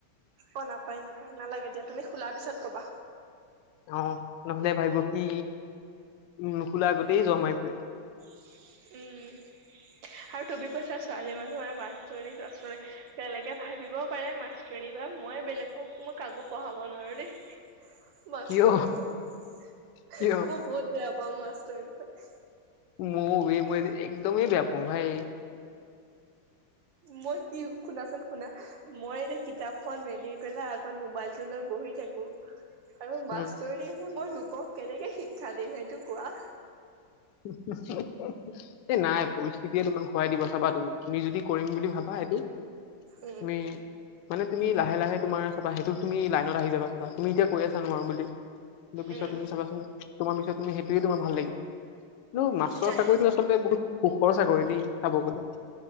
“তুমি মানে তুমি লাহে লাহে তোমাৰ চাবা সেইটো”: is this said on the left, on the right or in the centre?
Left